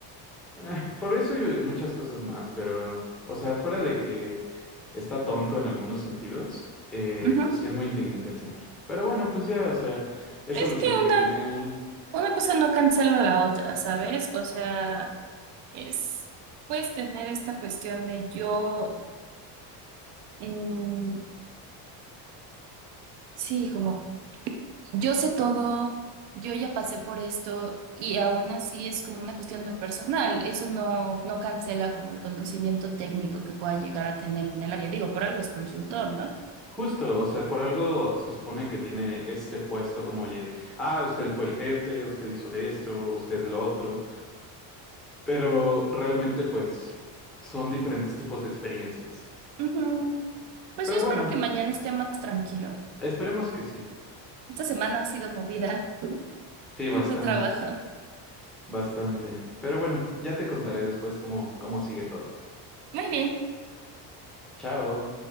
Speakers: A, in the centre; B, on the right (about 65°).
A: Ah, por eso y muchas cosas más, pero, o sea, fuera de que está tonto en algunos sentidos, eh,
B: Ujú.
A: pues sí es muy inteligente el señor. Pero bueno, pues ya, o sea, eso
B: Es
A: lo
B: que
A: platiqué
B: una,
A: con él.
B: una cosa no cancela la otra, ¿sabes? O sea, es, puedes tener esta cuestión de yo, mm, sí, como Yo sé todo, yo ya pasé por esto y aún así es como una cuestión muy personal. Eso no, no cancela como el conocimiento técnico que pueda llegar a tener en el área. Digo, por algo es consultor, ¿no?
A: Justo, o sea, por algo se supone que tiene este puesto como, oye, ah, usted fue el jefe, usted hizo de esto, usted lo otro, pero realmente pues son diferentes tipos de experiencias.
B: Ujú. Pues
A: Pero
B: yo espero
A: bueno,
B: que mañana esté más tranquilo.
A: esperemos que sí.
B: Esta semana ha sido movida <laughs>
A: Sí, bastante,
B: en tu trabajo.
A: bastante. Pero bueno, ya te contaré después cómo, cómo sigue todo.
B: Muy bien.
A: Chao.